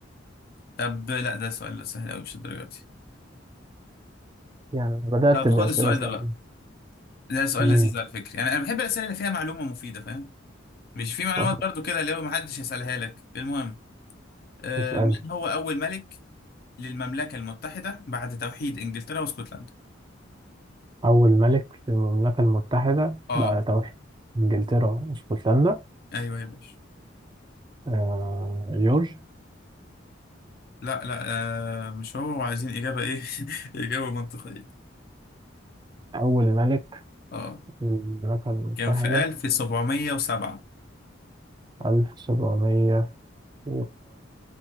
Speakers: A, on the left; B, on the right.
A: طب لا ده سؤال سهل قوي مش الدرجه دي
B: يعني أنا بدأت
A: طب
B: بأسئلة
A: خد السؤال
B: سهلة
A: ده بقى ده سؤال
B: امم
A: لذيذ على فكره يعني انا بحب الاسئله اللي فيها معلومه مفيده فاهم مش في معلومات
B: طب
A: برضو كده اللي هو محدش يسألها لك المهم آه
B: اسأل
A: مين هو أول ملك للمملكة المتحدة بعد توحيد إنجلترا واسكتلندا
B: أول ملك في المملكة المتحدة
A: اه
B: بعد توحيد إنجلترا واسكتلندا
A: ايوه يا باشا
B: آه جورج
A: لا لا آه مش هو وعايزين إجابة ايه <laughs> إجابة منطقية
B: أول ملك
A: اه
B: في المملكة المتحدة
A: كان في 1707
B: 1707